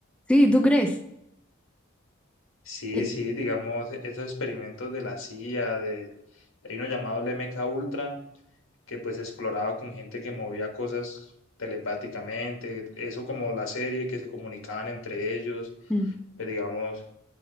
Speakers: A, in the centre; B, on the left.
A: Sí, ¿tú crees?
B: Sí,
A: Eh,
B: sí, digamos, esos experimentos de la CIA, de, hay uno llamado el M K Ultra, que pues exploraba con gente que movía cosas telepáticamente, eso como la serie, que se comunicaban entre ellos,
A: mm.
B: pues digamos,